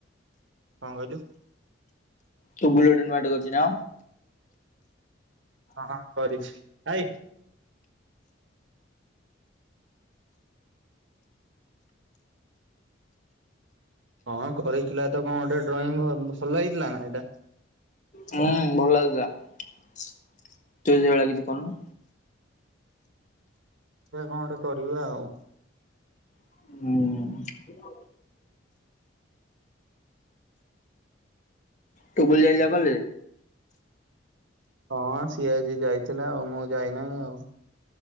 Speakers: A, on the right; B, on the left.
A: କଣ କହିଲୁ?
B: ତୁ <unintelligible> କରଛି ନା!
A: ହଁ ହଁ କରିଛି ଭାଇ ହଁ କରିଥିଲା ତ କଣ ଗୋଟେ ଡ୍ରଇଂ ଭଲ, ଭଲ ହେଇଥିଲା ନା ଏଇଟା?
B: ହୁଁ ଭଲ ଲାଗୁଥିଲା ତୁ ସେଇଭଳିଆ କିଛି କରୁନୁ।
A: <unintelligible> କଣ ଗୋଟେ କରିବା ଆଉ
B: ହୁଁ। ତୁ ବୁଲିଆକୁ ସିନା ଗଲେ
A: ହଁ ସିଏ ଆଜି ଯାଇଥିଲା ଆଉ ମୁଁ ଯାଇନାଇ ଆଉ।